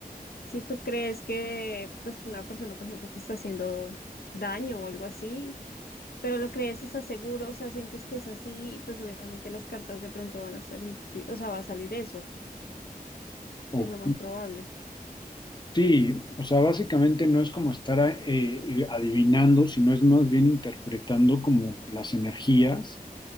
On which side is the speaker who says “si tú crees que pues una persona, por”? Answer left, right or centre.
Left